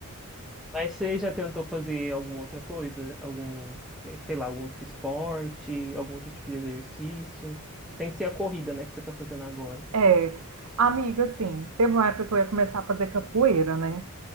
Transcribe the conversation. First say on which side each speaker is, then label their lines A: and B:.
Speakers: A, in the centre; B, on the right.
A: Mas você já tentou fazer alguma outra coisa? Algum, eh, sei lá, algum outro esporte, algum outro tipo de exercício? Sem ser a corrida, né, que você tá fazendo agora.
B: É, amiga, assim, teve uma época que eu ia começar a fazer capoeira, né?